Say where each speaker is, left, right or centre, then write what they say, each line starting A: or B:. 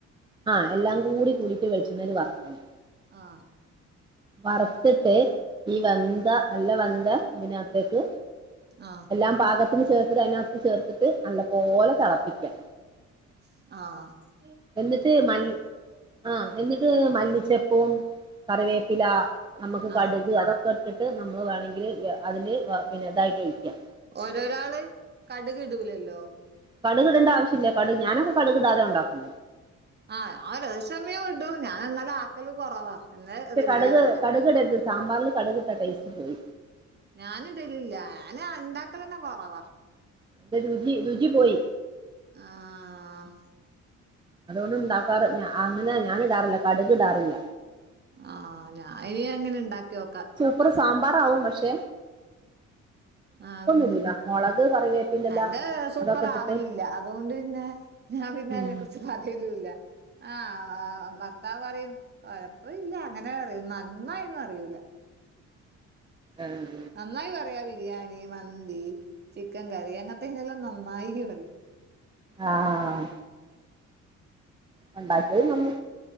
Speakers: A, on the right; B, on the right.
A: ആഹ് എല്ലാം കൂടി കൂടിട്ട് വെളിച്ചണ്ണയില് വറക്കണം
B: ആഹ്
A: വറത്തിട്ട് ഈ വെന്ത നല്ല വന്ത ഇതിനകത്തേക്ക്
B: ആഹ്
A: എല്ലാം പാകത്തിന് ചേർത്ത്ട്ട് അതിനകത്ത് ചേർത്തിട്ട് നല്ലപോലെ തളപ്പിക്കാ
B: ആഹ്
A: എന്നിട്ട് മല്ലി ആഹ് എന്നിട്ട് മല്ലിച്ചപ്പും കറിവേപ്പിലാ നമുക്ക് കടുക്
B: ആഹ്
A: അതൊക്കെ ഇട്ടിട്ട് നമ്മള് വേണമങ്കില് അതില് പിന്നെ ഇതായിട്ട് ഒഴിക്കാ
B: ഓരോരാള് കടക് ഇടൂലല്ലോ
A: കടുകിടേണ്ട ആവശ്യല്ലെ കട് ഞാനൊക്കെ കടുക് ഇടാതെ ഉണ്ടാക്കും
B: ആഹ് ഞാൻ ചെല സമയം ഇടും ഞാൻ എന്നാലും ആക്കല് കൊറവാ എന്നാ
A: പക്ഷേ
B: റെഡി
A: കടക്
B: ആവൂല
A: കടുക്ടര്ത് സാമ്പാർല് കടക് ട്ടാ ടേസ്റ്റ് പോയി
B: ഞാനിടലില്ല ഞാന്ണ്ടാക്കലന്നെ കൊറവാ
A: <unintelligible> രുചി രുചി പോയി
B: ആഹ്
A: അതുകൊണ്ട് ഉണ്ടാക്കാറ് ഞാ അങ്ങനെ ഞാനിടാറില്ല കടുക് ഇടാറില്ല
B: ആഹ് ഞാ ഇനി അങ്ങനെ ഉണ്ടാക്കി നോക്കാ
A: അപ്പരുസാമ്പാറാവും പക്ഷേ
B: ആഹ് പിന്നെ
A: ഇടൂല മുളക് കറിവേപ്പിന്റെല
B: എന്റെ സൂപ്പറാവലില്ലാ
A: അതൊക്കെ ഇട്ടിട്ട്
B: അതുകൊണ്ട് പിന്നെ ഞാൻ പിന്നെ
A: ഉം
B: അതിനെ കുറിച്ച് പറയലൂല്ല ആഹ് ഭർത്താവ് പറയും കൊഴപ്പ ഇല്ല അങ്ങനെ അറിയും നന്നായിന്നും അറിയൂല
A: ആഹ്
B: നന്നായി പറയാ ബിരിയാണി മന്തി ചിക്കൻ കറി അങ്ങൻത്തെെനെല്ലാം നന്നായി പറിം
A: ആഹ് ഉണ്ടാക്കിയത് നന്ന്